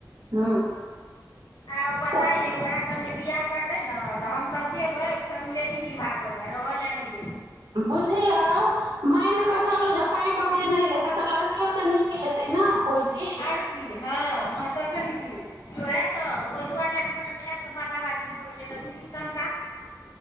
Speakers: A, on the right; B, on the left.
A: हूँ
B: आ पता
A: तऽ
B: य ओकरा स बिियाह करतै ने तऽ सब जेगो हय फोर्मलेटी निभागल ह रहल ह न
A: बुझि आ मन कऽ चलू जे पाइ कौड़ी नहि लेते तऽ लड़कियो तऽ निक लेते ने कोइ भी
B: आओर की हँ हँ तखन की जय त ओजुआ लए भाय सँ बात बाती भऽ गेलै दूदी त